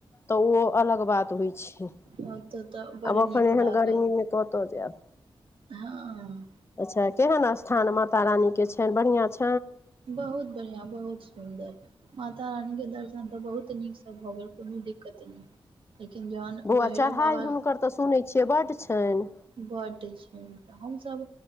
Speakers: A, on the left; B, on the right.
A: तऽ ओ अलग बात होइ छै
B: ओतऽ तऽ तऽ बड
A: आब एखन
B: नीक लागल
A: एहन गर्मीमे कतहु जायब
B: हँ
A: अच्छा केहन स्थान माता रानी के छनि बढ़िआं छै
B: बहुत बढ़िआं बहुत सुन्दर माता रानीके दर्शन तऽ बहुत नीकसँ भऽ गेल कोनो दिक्कत नहि लेकिन जहन
A: बौआ
B: भैरब
A: चढ़ाइ
B: बाबा
A: हुनकर तऽ सुनै छियै बड्ड छनि
B: बड्ड छै तऽ हमसभ